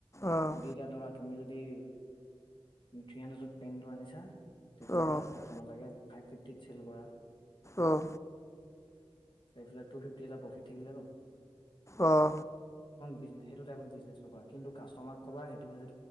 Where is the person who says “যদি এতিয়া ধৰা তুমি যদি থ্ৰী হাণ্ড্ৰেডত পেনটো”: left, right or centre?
Left